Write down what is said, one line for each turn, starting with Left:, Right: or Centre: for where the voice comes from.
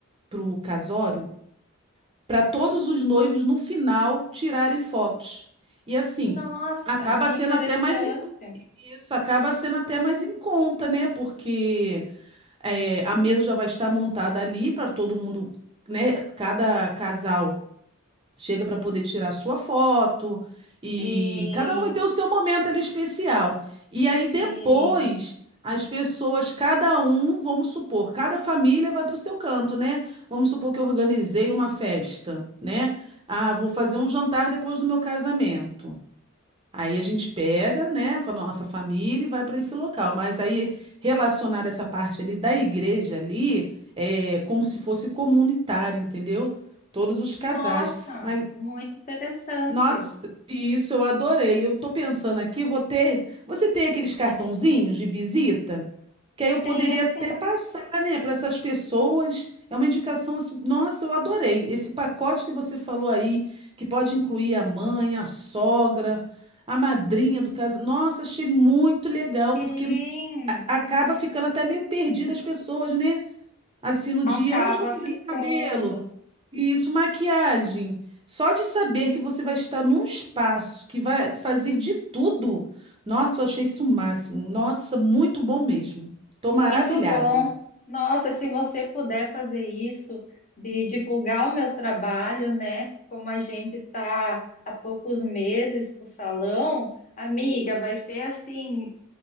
Right: pro casório para todos os noivos no final tirarem fotos. E assim,
Left: Nossa,
Right: acaba
Left: que
Right: sendo
Left: interessante.
Right: até mais em- isso acaba sendo até mais em conta, né? Porque é, a mesa já vai estar montada ali para todo mundo, né? Cada casal chega para poder tirar sua foto e
Left: Sim,
Right: cada um vai ter o seu momento ali especial. E aí depois
Left: sim.
Right: as pessoas, cada um, vamos supor, cada família vai para o seu canto, né? Vamos supor que eu organizei uma festa, né? Ah, vou fazer um jantar depois do meu casamento. Aí a gente pega, né, com a nossa família e vai para esse local. Mas aí relacionar essa parte ali da igreja ali é como se fosse comunitário, entendeu? Todos os casais.
Left: Nossa,
Right: Mas
Left: muito interessante.
Right: nossa, isso eu adorei. Eu tô pensando aqui, vou ter. Você tem aqueles cartãozinhos de visita? Que aí eu poderia
Left: Tenho sim,
Right: até passar, né, para essas pessoas. É uma indicação assim. Nossa, eu adorei. Esse pacote que você falou aí, que pode incluir a mãe, a sogra, a madrinha do caso. Nossa, achei muito legal,
Left: sim.
Right: porque a- acaba ficando até meio perdida as pessoas, né? Assim, no dia,
Left: Acaba
Right: onde eu vou fazer
Left: ficando.
Right: meu cabelo? Isso, maquiagem. Só de saber que você vai estar num espaço que vai fazer de tudo. Nossa, eu achei isso o máximo. Nossa, muito bom mesmo. Tô
Left: Muito
Right: maravilhada.
Left: bom. Nossa, se você puder fazer isso, de divulgar o meu trabalho, né? Como a gente está há poucos meses com o salão, amiga, vai ser assim,